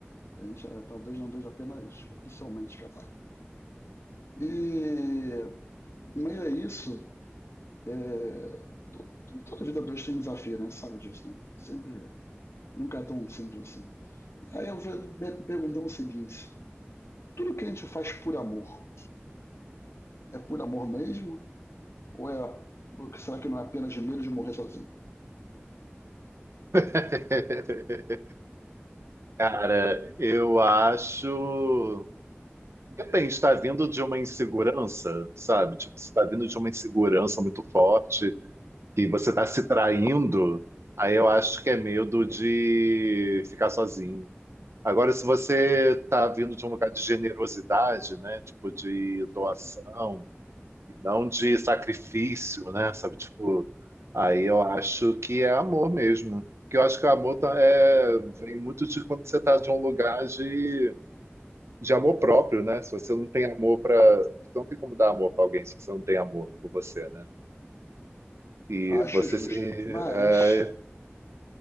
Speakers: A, on the left (about 80°); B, on the right (about 85°).
A: A gente eh, talvez não esteja apenas oficialmente casado, né? E em meio a isso, eh, to- toda vida dois tem um desafio, né? Sabe disso, né? Sempre, nunca é tão simples assim. Aí eu vou me perguntando o seguinte: tudo que a gente faz por amor é por amor mesmo? Ou é, será que não é apenas de medo de morrer sozinho?
B: <laughs> Cara, eu acho. Depende, está vindo de uma insegurança, sabe? Tipo, se está vindo de uma insegurança muito forte e você está se traindo, aí eu acho que é medo de ficar sozinho. Agora, se você está vindo de um lugar de generosidade, né? Tipo, de doação. E não de sacrifício, né? Sabe, tipo, aí eu acho que é amor mesmo. Que eu acho que o amor tá- é, vem muito de quando você tá de um lugar de, de amor próprio, né? Se você não tem amor para, não tem como dar amor para alguém se você não tem amor por você, né? E
A: Acho
B: você
A: justo.
B: se, é,
A: Mas,